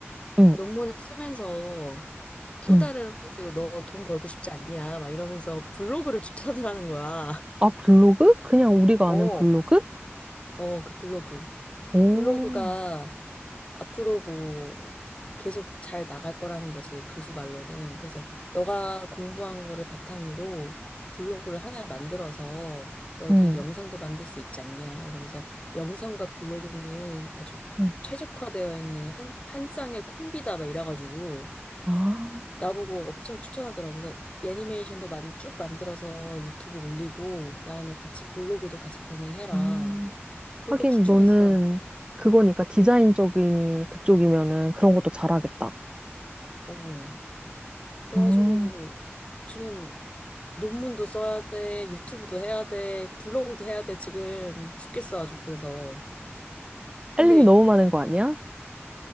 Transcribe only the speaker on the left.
논문을 쓰면서 또
다른 방식으로 너 돈 벌고 싶지 않냐, 막 이러면서 블로그를 추천을 하는 거야. <laughs>
어,
어, 그 블로그.
블로그가 앞으로 뭐 계속 잘 나갈 거라는 거지, 교수 말로는. 그래서 너가 공부한 거를 바탕으로 블로그를 하나 만들어서 너도
영상도 만들 수 있지 않냐 이러면서 영상과 블로그는 아주
최적화되어 있는 한, 한 쌍의 콤비다 막 이래가지고
나보고 엄청 추천하더라고. 그래서 애니메이션도 만, 쭉 만들어서 유튜브 올리고 그다음에 같이 블로그도 같이 병행해라.
그렇게
추천했어.
어. 그래가지고
지금 논문도 써야 돼, 유튜브도 해야 돼, 블로그도 해야 돼. 지금 죽겠어 아주 그래서. 근데